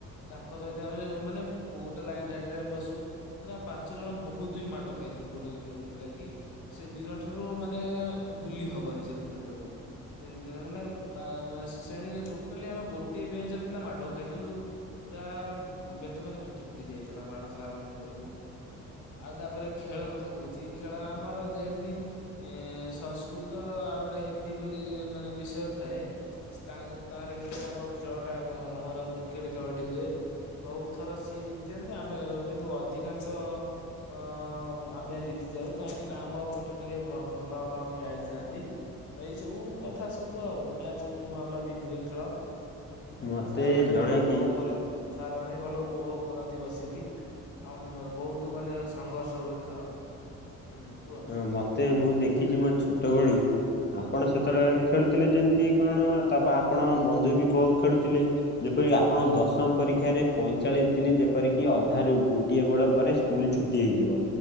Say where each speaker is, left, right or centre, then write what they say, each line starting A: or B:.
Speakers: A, on the left; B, on the left.
A: ତାଙ୍କ ସହିତ ଆମେ ମାନେ ବୋ ଗୋଟେ ଲାଇନ୍ ଧାଡ଼ିରେ ଆମେ ବସୁ କିନ୍ତୁ ଆମେ ପାଞ୍ଚ ଜଣ ବୋହୁତ ବି ମାଡ଼ ଖାଇଥିଲୁ ଗୋଟେ କେଉଁ ମିଲା କିି ଆ ସେ ଦିନ ଠାରୁ ମାନେ ଭୁଲି ହବନି ସେ ଦିନଟାକୁ। ଏଇଦିନ ମାନେ କ୍ଲା ମାନେ ସେ ଶ୍ରେଣୀରେ ଟୋଟାଲି ଆମେ ଗୋଟିଏ ବେଞ୍ଚ୍ ର ପିଲା ମାଡ଼ ଖାଇଥିଲୁ ପୁରା ଆ ବେତ ଫେତ ଫାଟି ଫୁଟି ଯାଇଥ ଥିଲା ମାଡ଼ ସାର୍ ଙ୍କ ଠାରୁ ଏମିତି ଆଉ ତାପରେ ଖେଳ କଥା କହୁଚି ଖେଳ ଆମର ଯେମ୍ ତି ଇଁ ସଂସ୍କୃତ ଆଉ ଗୋଟେ ହିନ୍ଦୀ ବୋଲି ମାନେ ବିଷୟ ଥାଏ ତା ତାରି ଭିତରେ ଆମର ଖେଳଟା କଁ ଆମର କ୍ରିକେଟ୍ ଖେଳଟି ହୁଏ। ବହୁତ ଥର ସିଏ ଜିତିନ୍ତି ଆମେ କିନ୍ତୁ ଅଧିକାଂଶ ଅ ଆମେ ଜିତି ଯାଉ। କାହିଁକିନା ଆମ ପଟେ ଟିକେ ଭ-ଭଲ ଭଲ ଖେଳାଳି ଥାନ୍ତି। ଏଇ ସବୁ କଥା ସବୁ ଆଉ ମ୍ୟାଚ୍ ଭଲ ବି ହୁଏ ଖେଳ।
B: ମତେ
A: ସାର୍ ମାନେ
B: ଜଣାକି
A: ଭଲ ଉପଭୋଗ କରନ୍ତି। ସାର୍ ମାନେ ବି ଭଲ ଉପଭୋଗ କରନ୍ତି ବସି ଟିକି ଆଉ ମୋ ବହୁତ ମାନେ ସଂଘର୍ଷ ହୁଏ ଖେଳ। ହୁଁ କୁହନ୍ତୁ
B: ହଁ ମୋତେ ମୁଁ ଦେଖିଛି ମୋ ଛୋଟବେଳୁ ଆପଣ
A: ହୁଁ
B: ସେତଳେ ଖେଳୁ ଥିଲେ ଯେମିତି କଣ ତାପ ଆପଣ ବନ୍ଧୁ ବି ବ- ଖେଳୁଥିଲେ। ଯେପରି କି
A: ହୁଁ
B: ଆପଣ ଦଶମ ପରୀକ୍ଷାରେ ପଇଁଚାଳିଶ ଦିନ ଯେପରିକି ଅଧାରୁ ଗୋଟିଏ ବଳ ପରେ ସ୍କୁଲ୍ ଛୁଟି ହେଇଯିବ।